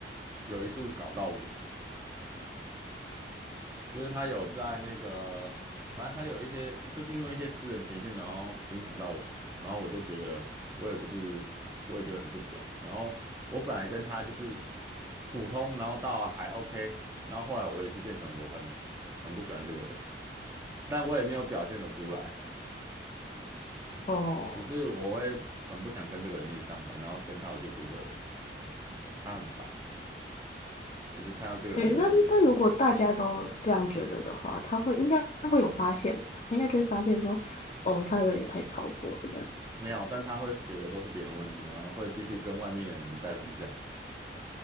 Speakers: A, on the right; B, on the left.
A: 有一度搞到我，就是他有在那个，反正他有一些，就是因为一些私人情绪，然后影响到我，然后我就觉得我也不是，我也觉得很不爽。然后我本来跟他就是普通，然后到还 OK，然后后来我也是变成我很很不喜欢这个人，<laughs> 但我也没有表现得出来，
B: 哦，
A: 只是我会很不想跟这个人一起上班，然后跟他我就觉得他很烦。就是看到这个人就觉得
B: 哎，但但如果大家都这样觉得的话，他会应该他会有发现吧？他应该就会发现说，哦，他有点太超过了这样。
A: 没有，但他会觉得都是别人问题，然后会继续跟外面的人带风向，